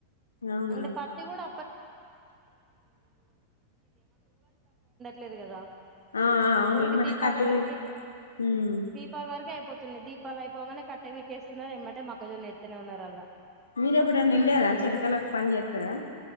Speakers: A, on the left; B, on the right.
A: అవునా
B: అంటె పత్తి కూడా <unintelligible>
A: ఆ ఆ అవును
B: ఓండ్లి
A: ఎమ్మటే
B: దీపాలి
A: కత్తి
B: వరకే
A: పీ ఉమ్
B: దీపాళి వరకే అయిపోతున్నాయి దీపాలు అయిపోంగనే కట్ట వీకేస్తున్నారు ఏమ్మటే మక్కజొన్న ఎత్తనే ఉన్నారు అల్లా
A: మీరు ఎప్పుడైనా వెళ్ళారా చెలకలకు పని చేస్తారా